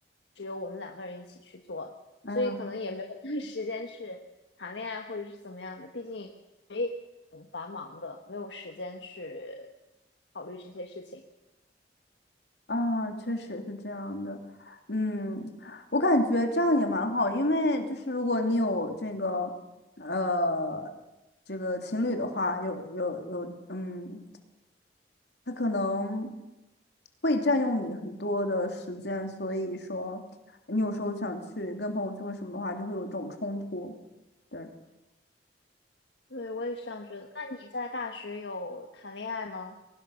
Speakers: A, on the left; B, on the left.
A: 只有我们两个人一起去做，
B: 嗯，
A: 所以可能也没有时间去谈恋爱或者是怎么样的，毕竟也挺繁忙的，没有时间去考虑这些事情。
B: 啊，确实是这样的。嗯，我感觉这样也蛮好，因为就是如果你有这个，呃，这个情侣的话，有有有，嗯，他可能会占用你很多的时间，所以说你有时候想去跟朋友聚会什么的话，就会有一种冲突。对。
A: 对，我也是这样觉得。那你在大学有谈恋爱吗？